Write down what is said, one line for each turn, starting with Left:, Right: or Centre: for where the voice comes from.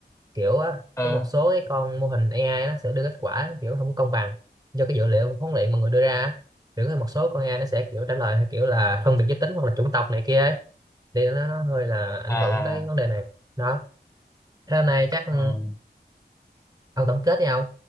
Right: kiểu á
Left: ừ.
Right: có một số cái con mô hình AI nó sẽ đưa kết quả kiểu không công bằng do cái dữ liệu huấn luyện mà người đưa ra á. kiểu có một số con AI nó sẽ kiểu trả lời theo kiểu là phân biệt giới tính hoặc là chủng tộc này kia ấy thì nó, nó hơi là ảnh
Left: à
Right: hưởng tới vấn đề này đó thế hôm nay chắc ừ,
Left: ừ.
Right: ông tổng kết đi ông